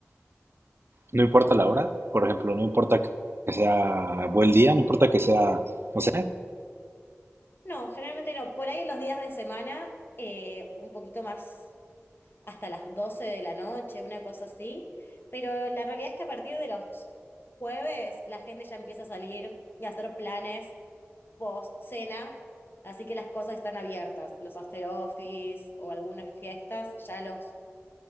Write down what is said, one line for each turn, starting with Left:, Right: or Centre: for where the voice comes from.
Right: No importa la hora, por ejemplo, no importa que sea buen día, no importa que sea, no sé.
Left: No, generalmente no. Por ahí en los días de semana, eh, un poquito más. hasta las 12 de la noche, una cosa así. Pero la realidad es que a partir de los jueves la gente ya empieza a salir y a hacer planes post cena, así que las cosas están abiertas, los after office o algunas fiestas, ya los